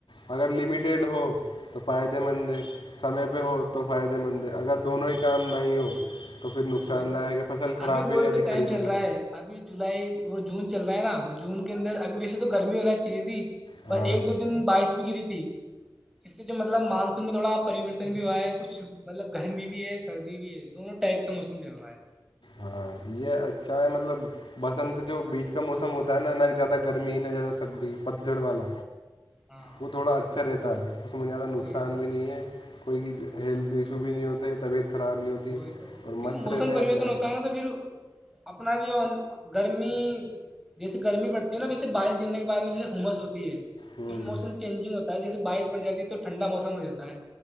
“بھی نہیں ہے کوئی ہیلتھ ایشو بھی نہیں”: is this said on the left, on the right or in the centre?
Left